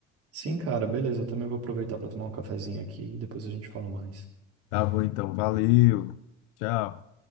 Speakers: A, on the right; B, on the left.
A: Sim, cara, beleza, eu também vou aproveitar pra tomar um cafezinho aqui e depois a gente fala mais.
B: Tá bom, então. Valeu. Tchau.